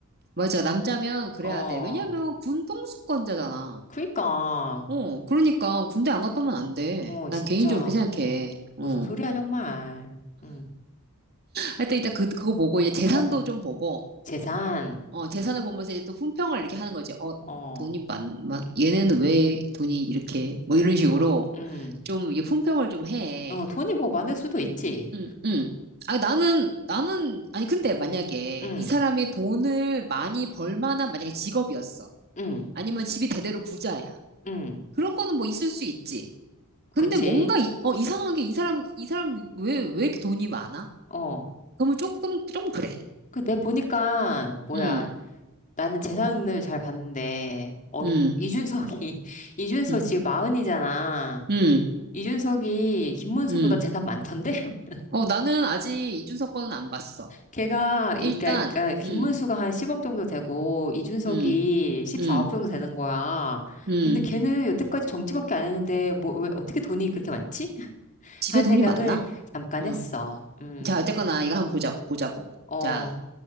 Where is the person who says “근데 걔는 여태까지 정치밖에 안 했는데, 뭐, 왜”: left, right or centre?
Left